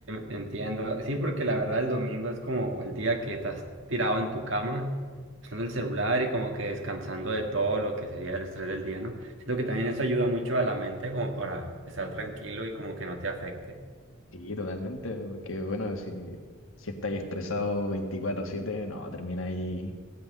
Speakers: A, on the right; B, on the left.
A: entiendo. Sí, porque la verdad el domingo es como el día que estás tirado en tu cama, usando el celular y como que descansando de todo lo que sería el estrés del día, ¿no? Siento que también eso ayuda mucho a la mente como para estar tranquilo y como que no te afecte.
B: Sí, totalmente, porque bueno, si, si estáis estresados veinticuatro siete no, termináis,